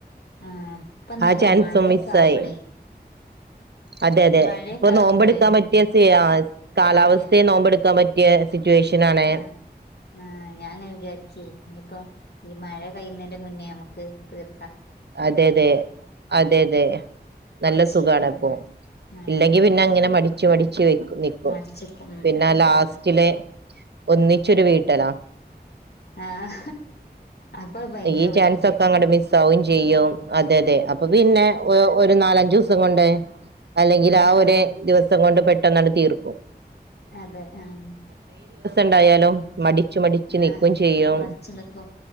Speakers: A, on the left (about 75°); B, on the right (about 80°).
A: ആഹ് ഇപ്പ എന്താന്നോ
B: ആജാൻ
A: മഴയൊക്കെ
B: സയസായി
A: ആവുമ്പളേ
B: അതെ അതെ
A: മഴയൊക്കെ
B: ഇപ്പൊ നോമ്പ
A: ആവുമ്പളേ
B: എടുക്കാൻ പറ്റിയ കാലാവസ്ഥയെ
A: സമയ
B: നോമ്പെടുക്കാൻ പറ്റിയ സിറ്റുവേഷൻ ആാണ്
A: ആഹ് ആഹ് ഞാൻങ്ങനെ വിചാരിച്ച ഇനിയിപ്പ ഈ മഴ കഴ്യുന്നതിന്റെ മുന്നേ നമുക്ക് തീർ
B: അതെ അതെ അതെ അതെ നല്ല സുഖണ
A: സുഖാണ്
B: ഇപ്പൊ
A: ആഹ്
B: ഇല്ലെങ്കി
A: ആഹ് ആഹ്
B: പിന്നെ അങ്ങനെ മടിിച്ചു മടിിച്ചു വ നിക്കും
A: മടിച്ച്ക്കും ഉം
B: പിന്നെ ലാസ്റ്റില്
A: അതെ
B: <unintelligible> ഒന്നിച്ചൊരു വീട്ടല്ലാ
A: ആഹ അപ്പൊ ഭയങ്കര
B: ഈ
A: ബുദ്ധിമുട്ടായിക്കട്ടോ
B: ചാൻസ് ഒക്കെ അങ്ങട് മിസ് ആവും ചെയ്യും അതെ അതെ അപ്പൊ പിന്നെ ഒരു നാലഞ്ചു ദിവസം കൊണ്ട് അല്ലെങ്കിൽ
A: ആഹ്
B: ആ ഒരു
A: ആഹ്
B: ദിവസം കൊണ്ട് പെട്ടെന്നാണ് തീർക്കും
A: അതെ ആഹ
B: ണ്ടായാലോ മടി മടിച്ചു നക്കും
A: ആഹ്
B: ചെയ്യും
A: മടിച്ച് നിക്കും